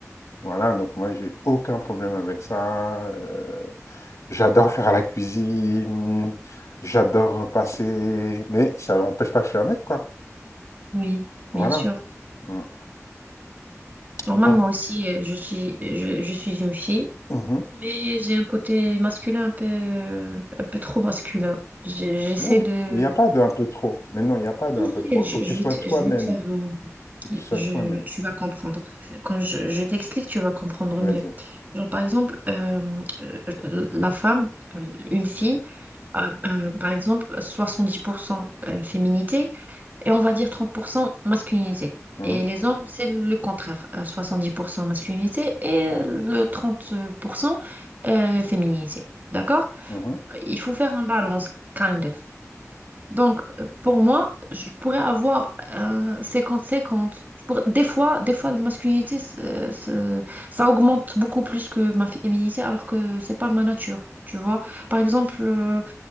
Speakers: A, on the left (about 70°); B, on the right (about 35°).
A: Voilà, donc moi, j'ai aucun problème avec ça. Euh, j'adore faire la cuisine, j'adore passer, mais ça n'empêche pas que je suis un mec, quoi.
B: Oui,
A: Voilà.
B: bien sûr.
A: Mm.
B: Normalement
A: Bon.
B: aussi, euh, je suis, je, je suis une fille,
A: Mhm.
B: mais j'ai un côté masculin un peu, un peu trop masculin. Je- J'essaie
A: Non, mais
B: de...
A: il n'y a pas de un peu trop. Mais non, il n'y a pas de
B: Si,
A: un peu
B: si,
A: trop.
B: Je,
A: Faut que
B: je
A: tu sois
B: vais te,
A: toi-même.
B: je vais te faire... euh,
A: Faut que tu sois
B: je,
A: toi-même.
B: tu vas comprendre. Quand je, je t'explique, tu vas comprendre
A: Vas-y.
B: mieux. Genre, par exemple, euh, euh, la femme, une fille, a, euh, par exemple, 70% euh, féminité et on va dire 30% masculinité.
A: Mhm.
B: Et les hommes, c'est le contraire, euh, 70% masculinité et le 30% euh, féminité. D'accord?
A: Mhm.
B: Il faut faire une balance, kind of. Donc, euh, pour moi, je pourrais avoir un cinquante. 50 Je pourrais- Des fois, des fois, la masculinité, c'est- c'est- ça augmente beaucoup plus que ma féminité, alors que c'est pas ma nature, tu vois. Par exemple, euh,